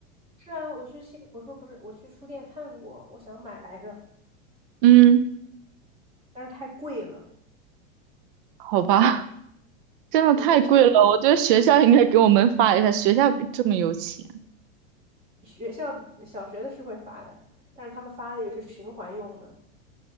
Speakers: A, on the right; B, on the right.
A: 是啊，我去新，我说不是，我去书店看过，我想买来着，
B: 嗯，
A: 但是太贵了。
B: 好吧，<laughs> 真的太贵了，
A: 我用
B: 我觉得学校应该给我们发一下，学校比这么有钱
A: 学校小学的是会发的，但是他们发的也是循环用的。